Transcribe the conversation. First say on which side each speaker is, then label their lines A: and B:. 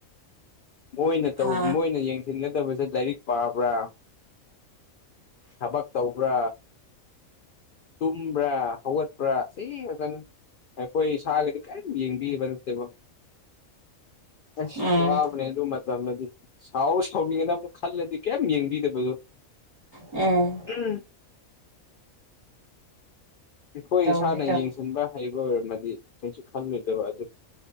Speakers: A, on the left (about 80°); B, on the left (about 15°).
A: ꯃꯣꯏꯅ
B: ꯑꯥ
A: ꯇꯧ ꯃꯣꯏꯅ ꯌꯦꯡꯁꯤ ꯌꯦꯟꯁꯤꯟꯗꯕꯁꯦ ꯂꯥꯏꯔꯤꯛ ꯄꯥꯕ꯭ꯔꯥ ꯊꯕꯛ ꯇꯧꯕ꯭ꯔꯥ ꯇꯨꯝꯕ꯭ꯔꯥ ꯍꯧꯒꯠꯄ꯭ꯔꯥ ꯁꯤ ꯈꯛꯇꯅꯤ ꯑꯩꯈꯣꯏ ꯏꯁꯥꯒꯤꯗꯤ ꯀꯔꯤꯝ ꯌꯦꯡꯕꯤꯕ ꯅꯠꯇꯦꯕ ꯑꯁ
B: ꯎꯝ
A: ꯋꯥ ꯕꯅꯦ ꯑꯗꯨ ꯃꯇꯝꯗꯗꯤ ꯁꯥꯎ ꯁꯥꯎꯅꯤꯡꯉꯦꯅ ꯑꯃꯨꯛ ꯈꯜꯂꯗꯤ ꯀꯩꯝ ꯌꯦꯡꯕꯤꯗꯕꯗꯣ꯫
B: ꯎꯝ
A: ꯎꯝ <inaudible> ꯑꯩꯈꯣꯏ
B: ꯇꯧꯕꯅꯤ
A: ꯏꯁꯥꯅ
B: ꯇꯧꯕꯅꯤ
A: ꯌꯦꯡꯁꯤꯟꯕ ꯍꯩꯕ ꯑꯣꯏꯔꯝꯃꯗꯤ ꯀꯩꯁꯨ ꯈꯜꯂꯣꯏꯗꯕ ꯑꯗꯨ